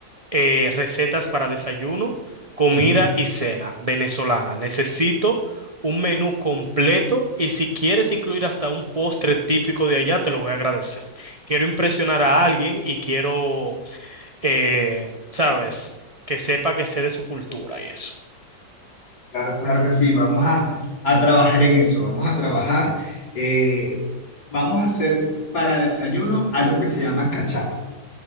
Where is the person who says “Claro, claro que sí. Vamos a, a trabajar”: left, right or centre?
Left